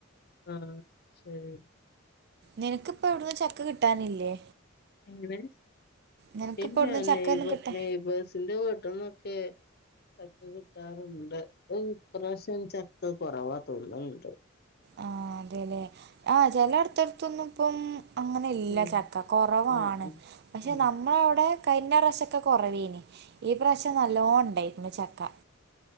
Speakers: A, on the left; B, on the right.
A: ആഹ് ശരി
B: നിനക്ക് ഇപ്പ എവിടുന്നും ചക്ക് കിട്ടാനില്ലേ
A: എങ്ങനെ
B: നിനക്കിപ്പ
A: ഇല്ല <unintelligible>
B: എവിടന്ന് ചക്ക
A: <unintelligible> <unintelligible>
B: ഒന്നും കിട്ടാ
A: നോക്കിയേ ചക്ക കിട്ടാറുണ്ട് ഇവിടെ ഇപ്രാവശ്യം ചക്ക കൊറവാ തോന്നുന്നുണ്ട്
B: ആ അതെല്ലേ ആ ചെല അടുത്തടുത്തൊന്നും ഇപ്പം- അങ്ങനെ ഇല്ല
A: ഉം
B: ചക്ക കൊറവാണ്
A: ഉം ഉം
B: പക്ഷെ
A: ഉം
B: നമ്മളെ അവിടെ- കഴിഞ്ഞ പ്രാവശ്യം ഒക്കെ കൊറവെനി ഈ പ്രാവശ്യം നല്ലോണം ഉണ്ടായിരിന്നു ചക്ക